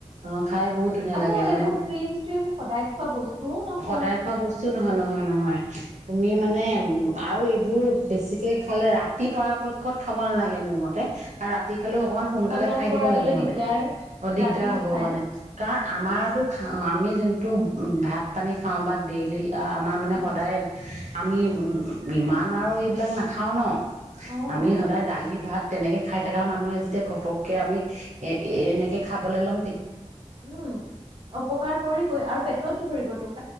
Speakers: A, on the right; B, on the right.
A: অ খাই বহুত ধুনীয়া
B: আকৌ
A: লাগে
B: এইবোৰ
A: মানে
B: ক্ৰীম চ্ৰীম সদায় খোৱা বস্তুও নহয়
A: সদায় খোৱা বস্তু নহয় নহয় নহয় তুমি মানে উ আৰু এইবোৰ বেছিকে খালে ৰাতি পৰাপক্ষত খাব নালাগে মোৰ মতে আৰু ৰাতি খালেও অকমান সোনকালে
B: হজম
A: খাই
B: কৰাবলৈ
A: দিব লাগে
B: দিগদাৰ
A: মানে অধিক
B: ৰাতি
A: তেতিয়া হ'ব
B: খাই
A: মানে কাহ আমাৰতো খাওঁ আমি যোনটো ভাত পানী খাওঁ বা ডেইলি আমাৰ মানে
B: উম,
A: সদায় আমি ইমান আৰু এইবিলাক নাখাওঁ ন
B: অ
A: আমি সদায় দালি ভাত তেনেকে খাই থকা মানুহে যেতিয়া ঘপককে আমি এনেকে খাব খাবলে ল'ম
B: উম অপকাৰ কৰিবই আৰু পেটত ধৰিব তোক